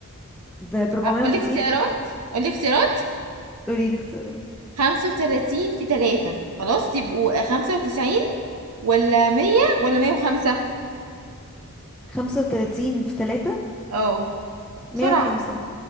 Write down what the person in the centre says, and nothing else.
ب- بربعمية
وخمسين
قولي لي اختيارات
خمسة وتلاتين في تلاتة
مية
وخمسة